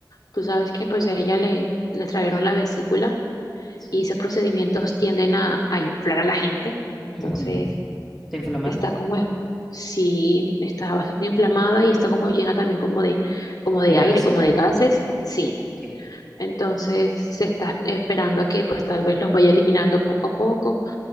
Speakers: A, on the left; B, in the centre.
A: Tú sabes que pues a ella le, le extrajeron la vesícula
B: sí.
A: y esos procedimientos tienden a, a inflar a la gente. Entonces,
B: Ujú. ¿Está inflamado?
A: está como, es- sí, está bastante inflamada y está como llena también como de, como de
B: ¿De gases?
A: aire, como de gases. Sí.
B: Ok.
A: Entonces se está esperando a que pues tal vez los vaya eliminando poco a poco